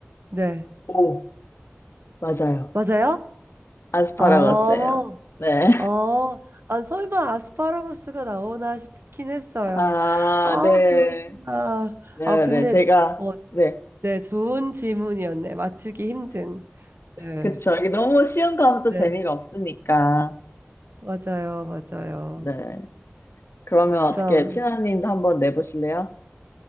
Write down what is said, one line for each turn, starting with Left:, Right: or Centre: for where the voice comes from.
Right: 네.
Left: 오, 맞아요.
Right: 맞아요?
Left: 아스파라거스예요.
Right: 아,
Left: 네.
Right: 아, 아, 설마 아스파라거스가 나오나 싶긴 했어요.
Left: <laughs> 아,
Right: 아,
Left: 네.
Right: 그렇구나.
Left: 네,
Right: 아, 근데,
Left: 네. 제가,
Right: 어,
Left: 네.
Right: 네. 좋은 질문이었네. 맞추기 힘든. 네.
Left: 그쵸. 이게 너무 쉬운 거 하면 또
Right: 네.
Left: 재미가 없으니까.
Right: 맞아요. 맞아요.
Left: 네. 그러면 어떻게
Right: 그럼,
Left: 티나님도 한번 내보실래요?